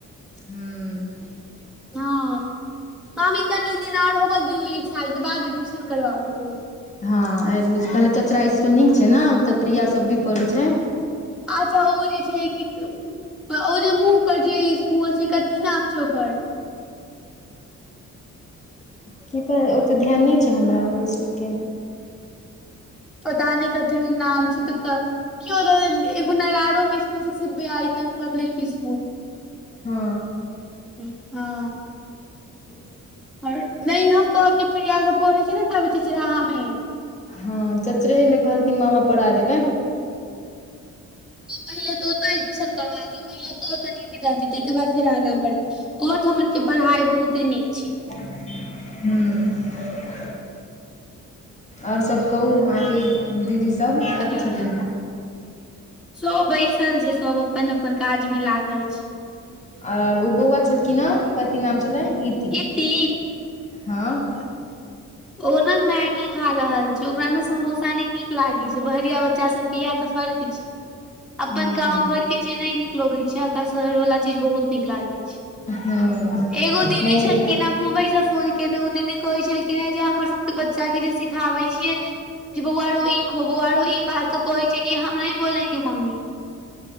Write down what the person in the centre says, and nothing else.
हँ, मामी कनि दिन और होबऽ दियौ एक सालके बाद एडमिशन करबा देबै।
अच्छा ओ जे छै कि ओ जे मुँह पर जे स्कूल छै कथी नाम छै ओकर
पता नहि कथि त नाम छै ओतुका। कियो द देलकै एगो आरो स्कूल छै बीआयकन पब्लिक स्कुल।
हँ।
अरे नै हम कहब जे प्रिया सब पढै छै ने तब चिचिराहा मे
पहिले तऽ ओतै एडमिशन करवा दियो। पहिले तो क निदी रहथि ताहिके बाद फेर आगाँ बढ़थिन, ओर ठमनके पढ़ाइ बहुते नीक छै।
ठीक
सब बैसल छै, सब अपन अपन काज मे लागल छै।
इति
ओ ने मैगी खा रहल छ। ओकरा ने समोसा ने नीक लागे छ। बहरिया बच्चा सब के इह तऽ फर्क हैय। अपन
गाँंव घर के चीज नहि नीक लगे छै। आकरा शहर वाला चीज बहुत नीक लागैत छै।
एगो दीदी
छलखिन हे मुम्बई सँ फोन केने ओ दीदी कहै छलखिन हे जे हमर सबके बच्चाके जे सिखाबै छियै जे बुआरो ई खो बुआरो ई बात कोइ छै कि हमरा नही बोलेंगे मम्मी।